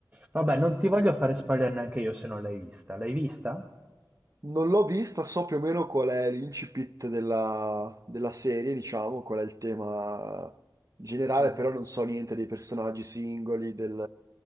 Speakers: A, on the right (about 20°); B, on the right (about 45°).
A: Vabbè, non ti voglio fare spoiler neanche io se non l'hai vista. L'hai vista?
B: Non l'ho vista, so più o meno qual è l'incipit della, della serie, diciamo, qual è il tema generale,
A: Eh,
B: però non so niente dei personaggi singoli, del,